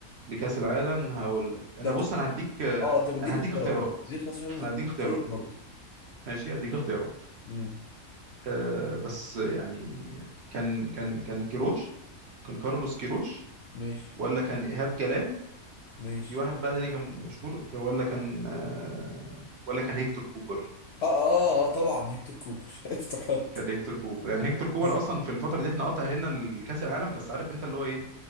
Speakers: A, on the right; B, on the left.
A: لكأس العالم هقول لك أنا
B: لا
A: بص
B: طب
A: أنا هديك آه،
B: اه انت بتديني
A: أنا هديك
B: اختيارات
A: اختيارات
B: دي خلاص عشان انا
A: أنا هديك اختيارات
B: نسيت برضو
A: ماشي هديك اختيارات
B: مم.
A: آه بس يعني كان كان كان كيروش كان كارلوس كيروش
B: ماشي
A: ولا كان إيهاب جلال
B: ماشي
A: في واحد بقى تاني كان مشهور ك- ولا كان آه، ولا كان هيكتور كوبر
B: اه اه اه طبعا هيكتور كوبر <laughs> افتكرت
A: كان هيكتور كوبر يعني هيكتور كوبر
B: ايوه
A: اصلا في الفتره دي احنا قطع هنا لكاس العالم بس عارف انت اللي هو ايه